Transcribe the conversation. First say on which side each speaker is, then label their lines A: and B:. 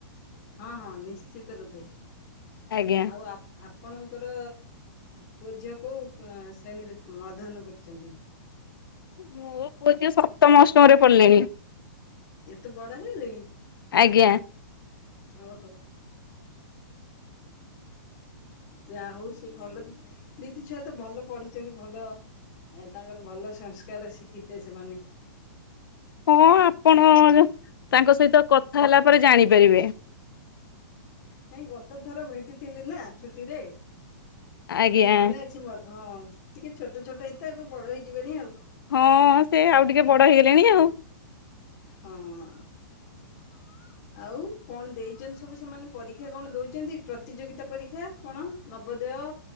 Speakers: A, on the left; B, on the left.
A: ହଁ ହଁ ନିଶ୍ଚିତ ରୂପେ
B: ଆଜ୍ଞା।
A: ଆଉ ଆପ ଆପଣଙ୍କର ପୁଅ ଝିଅ କୋଉ ଶ୍ରେଣୀରେ ଅଧ୍ୟୟନ କରୁଛନ୍ତି?
B: ମୋ ପୁଅ ଝିଅ ସପ୍ତମ ଅଷ୍ଟମ ରେ ପଢିଲେଣି।
A: ଏତେ ବଡ଼ ହେଇଗଲେଣି।
B: ଆଜ୍ଞା।
A: ଓହୋ। ଯାହା ହଉ ସିଏ ଭଲ ଦିଦି ଛୁଆ ତ ଭଲ ପଢୁଥିବେ ଭଲ ଏ ତାଙ୍କର ଭଲ ସଂସ୍କାର ଶିଖିିତେ ସେମାନେ।
B: ହଁ ଆପଣ ତାଙ୍କ ସହିତ କଥା ହେଲା ପରେ ଜାଣିପାରିବେ।
A: ନାଇଁ ଗତ ଥର ଭେଟିଥିଲି ନା ଛୁଟିରେ।
B: ଆଜ୍ଞା
A: ମନେ ଅଛି ମୋର ହଁ ଟିକେ ଛୋଟ ଛୋଟ ହେଇତ ଏବେ ବଡ ହେଇଯିବେନି ଆଉ।
B: ହଁ ସେ ଆଉ ଟିକେ ବଡ ହେଇଗଲେଣି ଆଉ।
A: ହଁ। ଆଉ କଣ ଦେଇଛନ୍ତି ସବୁ ସେମାନେ ପରୀକ୍ଷା କଣ ଦେଉଛନ୍ତି? ପ୍ରତିଯୋଗିତା ପରୀକ୍ଷା କଣ ନବୋଦୟ।